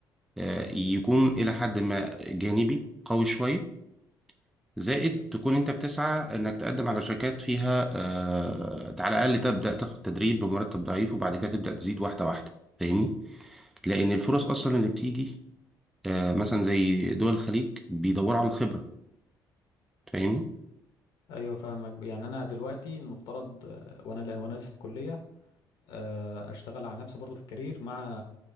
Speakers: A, in the centre; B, on the left.
A: آه يكون الى حد ما جانبي قوي شويه زائد تكون انت بتسعى انك تقدم على شركات فيها آه على الاقل تبدا تاخد تدريب بمرتب ضعيف وبعد كده تبدا تزيد واحده واحده فاهمني لان الفرص اصلا اللي بتيجي آه مثلا زي دول الخليج بيدوروا على الخبره فاهمني
B: ايوه فاهمك يعني انا دلوقتي المفترض آه، وانا وانا لسه في كليه آه، اشتغل على نفسي برضو في الكارير مع